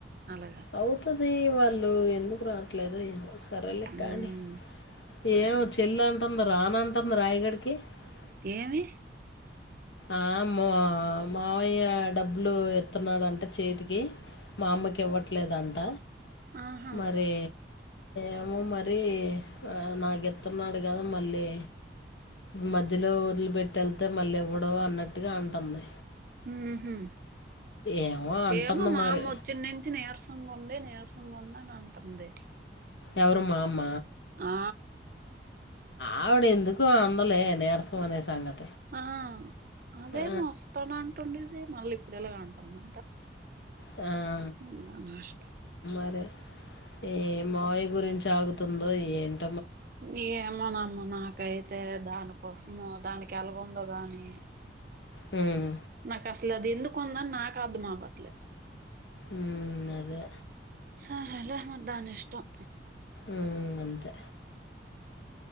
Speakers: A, on the right; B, on the left.
A: అలాగే అలాగే
B: అవుతుది వాళ్ళు ఎందుకు రావట్లేదొ ఏమో సరలే
A: ఉమ్
B: కానీ
A: సరే
B: ఏమో
A: సరే.
B: చెల్ అంటుంది రానంటుంది రాయగడ్కి ఓక
A: ఏమి
B: ఆమో మావయి డబ్బులు ఎతున్నాడంటే చేతికి మా అమ్మకి ఇవ్వట్లేదంట
A: ఆహా
B: మరి ఏమో మరి నాకైత్తున్నాడు కదా మళ్ళీ మధ్యలో వదిలిపెట్టి వెళ్తే మళ్ళీ ఎవ్వడు అన్నట్టుగా అంటుంది
A: ఊహూ
B: ఏమో అంటుంది
A: ఏమో మామ్మ
B: మరి
A: వచ్చన్నంచి నీరసంగా ఉంది నీరసం ఉండనుంటుంది
B: ఎవరు మామ్మ
A: ఆ
B: ఆవిడ ఎందుకు అందులే నీరసం అనే సంగతి
A: ఆ అదే
B: ఆ,
A: మొస్తడాంటండ మళ్ళీ ఇప్పుడు ఎలాగా అంటుందంట
B: ఆ
A: ఇందా నష్టం
B: సరే ఏ మావి గురించి ఆగుతుందో ఏంటి
A: ఏమనామ్మ నాకైతే దాన్ని కోసము దానికి ఎలాగ ఉందో గాని
B: హ్మ్
A: నాకు అసలు అది ఎందుకు ఉందని నాకు అర్ధమవట్లేదు
B: ఊ అదే
A: సరేలే మరి దాని ఇష్టం
B: ఉ అంతే